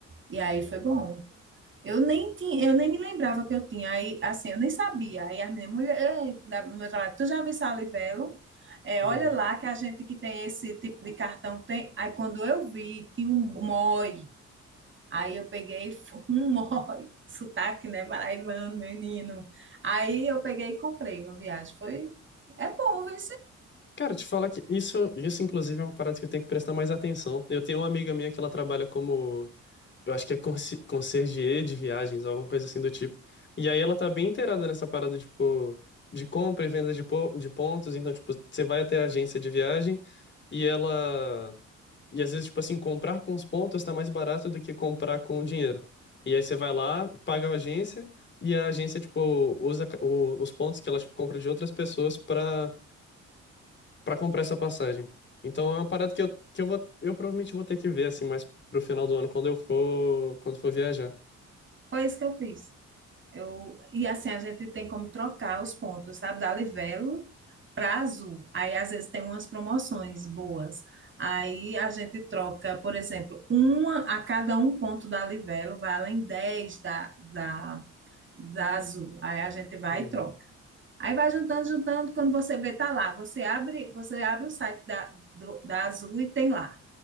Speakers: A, on the right (about 40°); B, on the left (about 40°).
A: E aí foi bom. Eu nem tinha, eu nem me lembrava que eu tinha. Aí, assim, eu nem sabia. Aí a minha mulher, "Ei, da- do meu trabalho, tu já viu Salivelo? É,
B: Uhum.
A: olha lá que a gente que tem esse tipo de cartão tem. Aí quando eu vi, tinha um MOI. Aí eu peguei <laughs> um MOI, sotaque, né, paraibano, menino. Aí eu peguei e comprei uma viagem. Foi, é bom, viu?
B: Cara, te falar que isso, isso inclusive é uma parada que eu tenho que prestar mais atenção. Eu tenho uma amiga minha que ela trabalha como, eu acho que é conci- concierge de viagens, alguma coisa assim do tipo. E aí ela tá bem inteirada nessa parada, tipo, de compra e venda de, po- de pontos. Então, tipo, você vai até a agência de viagem e ela. E às vezes, tipo assim, comprar com os pontos tá mais barato do que comprar com o dinheiro. E aí você vai lá, paga a agência, e a agência, tipo, usa ca- o- os pontos que ela, tipo, compra de outras pessoas pra para comprar essa passagem. Então é uma parada que eu, que eu vou, eu provavelmente vou ter que ver assim, mais pro final do ano quando eu for, quando for viajar.
A: Foi isso que eu fiz. Eu, e assim, a gente tem como trocar os pontos, sabe? Da Livelo para Azul. Aí, às vezes, tem umas promoções boas. Aí, a gente troca, por exemplo, uma a cada um ponto da Livelo, vai além 10 da, da, da Azul. Aí, a gente vai
B: Uhum,
A: e troca. Aí, vai juntando, juntando. Quando você vê, tá lá. Você abre, você abre o site da, do- da Azul e tem lá